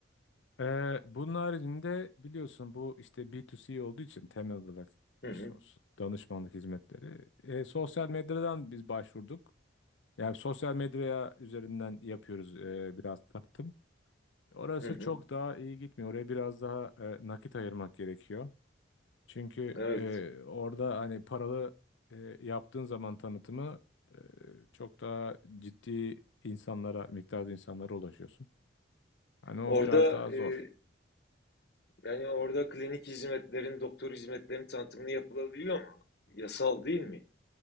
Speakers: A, on the left; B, on the left.
A: Ee, bunun haricinde biliyorsun bu işte B2C olduğu için temel olarak
B: Hı
A: sos-
B: hı,
A: danışmanlık hizmetleri. Ee, sosyal medyadan biz başvurduk. Yani sosyal medyaya üzerinden yapıyoruz ee, biraz tanıtım. Orası
B: hı hı.
A: çok daha iyi gitmiyor. Oraya biraz daha e, nakit ayırmak gerekiyor. Çünkü
B: Evet.
A: e, orada hani paralı e, yaptığın zaman tanıtımı e, çok daha ciddi insanlara, miktarda insanlara ulaşıyorsun. Hani o
B: Orada
A: biraz daha
B: e,
A: zor.
B: yani orada klinik hizmetlerin, doktor hizmetlerin tanıtımını yapılabiliyor mu? Yasal değil mi?